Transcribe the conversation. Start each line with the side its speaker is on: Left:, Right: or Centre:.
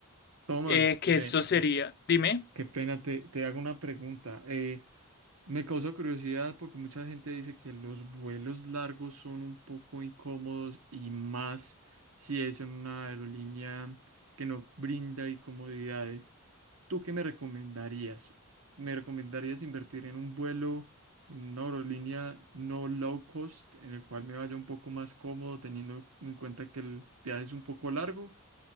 Right: Tomás,
Left: Eh, que
Right: ven,
Left: esto sería, dime.
Right: Qué pena, te, te hago una pregunta. Eh, me causa curiosidad porque mucha gente dice que los vuelos largos son un poco incómodos y más si es en una aerolínea que no brinda comodidades. ¿Tú qué me recomendarías? ¿Me recomendarías invertir en un vuelo en una aerolínea no low cost en el cual me vaya un poco más cómodo teniendo en cuenta que el viaje es un poco largo?